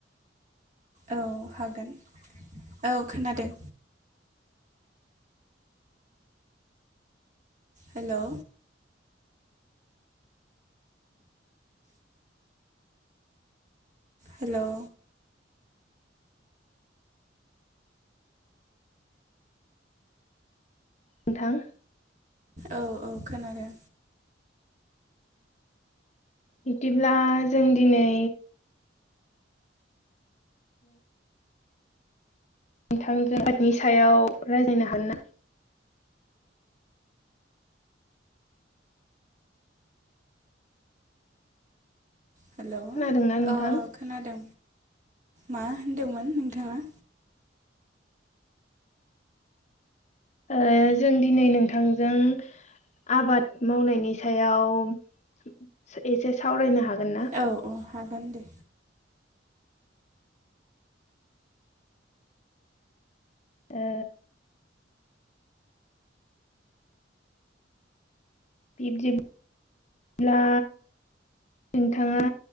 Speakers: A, on the right; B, on the left.
A: औ हागोन औ खोनादों हेलौ हेलौ
B: नोंथां
A: औ औ खोनादों
B: बिदिब्ला जों दिनै नोंथांजों आबादनि सायाव रायज्लायनो हागोन ना?
A: हेलौ औ
B: खोनादोंना नोंथां?
A: अ खोनादों मा होनदोंमोन नोंथांङा
B: ओ जों दिनै नोंथांजों आबाद मावनायनि सायाव एसे सावरायनो हागोन नामा?
A: औ औ हागोन दे
B: ओ बिबदि ब्ला नोंथांङा